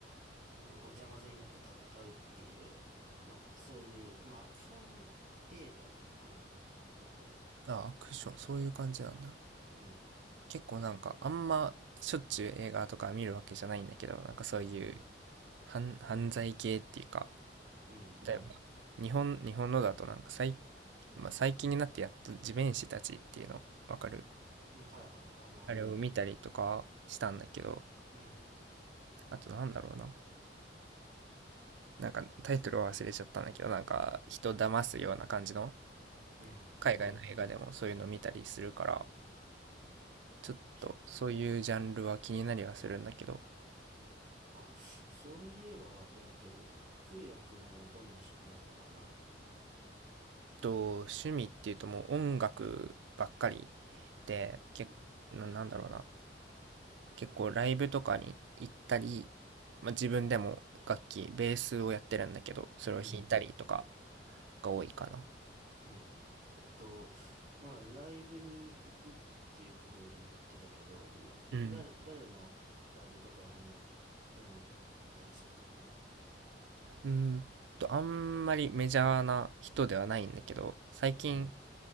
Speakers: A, on the right (about 45°); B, on the right (about 80°).
A: もうごちゃ混ぜになって戦うっていう、まあ、そういう、まあ、アクション映画なかなだったね。
B: あ、アクション、そういう感じなんだ。
A: うん、
B: 結構なんか、あんましょっちゅう映画とか見るわけじゃないんだけど、なんかそういう
A: うん、
B: 犯、犯罪系っていうか、
A: うん、まあ、
B: 例えば、日本、
A: ち
B: 日本のだとなんか最まあ、最近になってやっと地面師たちっていうのわかる
A: うんはい、はいあの、
B: あれを見たりとかしたんだけど
A: うん。
B: あとなんだろうななんかタイトルは忘れちゃったんだけどなんか人騙すような感じの
A: うん。
B: 海外の映画でもそういうの見たりするから
A: まあ、
B: ちょっとそういうジャンルは気になりはするんだけど
A: ちょっと、うん。あ、そういえば、えっと、いくやくんはどんな趣味があるのかな
B: と趣味っていうともう音楽ばっかりでけななんだろうな
A: うん。
B: 結構ライブとかに行ったり、まあ、自分でも楽器ベースをやってるんだけどそれを弾いたりとか
A: うん。
B: が多いかな。
A: うん。えっと、まあ、ライブに行くっていうふうに言ってたけど、ん誰、
B: うん。
A: 誰のライブとかに主に行ったりするのかな
B: うーんと、あんまりメジャーな人ではないんだけど、最近、
A: うん。